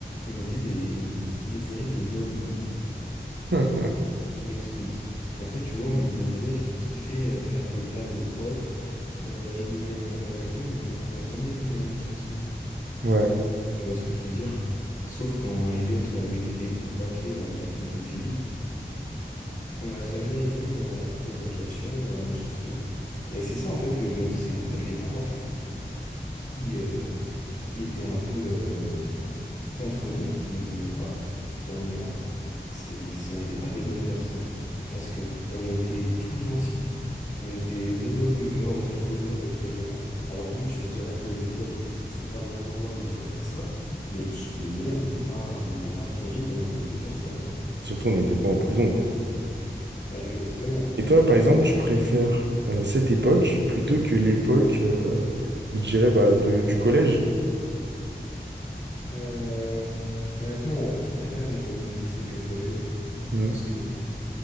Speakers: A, on the left (about 45°); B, on the right (about 80°).
A: on était des, des élèves de bonne humeur.
B: <laughs>
A: Je m'explique. En fait, tu vois, on était des élèves qui kiffaient euh, faire des blagues aux profs, euh, rigoler un peu avec eux, mais on n'a on n'a jamais été dans la méchanceté.
B: Ouais.
A: Tu vois ce que je veux dire? Sauf quand Elliot euh, mettait des bouts de papier dans la capuche de Philippe, on n'a jamais été dans la provocation, dans la méchanceté. Et c'est ça, en fait, que je me dis, c'est qu'en fait, les profs qui, euh, qui étaient un peu euh, contre nous, qui nous aimaient pas, pour moi, c'est, ce n'étaient pas des bonnes personnes. Parce que on était tout gentils, on était de bonne humeur, on rigolait avec les gens. Alors oui, tu me diras que l'école, c'est pas l'endroit où il faut faire ça, mais je suis désolé, on n'était pas, on n'était pas terrible, on n'embêtait personne, quoi.
B: <laughs> Surtout, on n'était pas en prison, quoi.
A: Ah, Exactement.
B: Et toi, par exemple, tu préfères euh, cette époque plutôt que l'époque, euh, je dirais, bah, de, du collège?
A: Euh, honnêtement, ouais, je préfère l'époque du lycée que le collège,
B: Hmm.
A: parce que pff,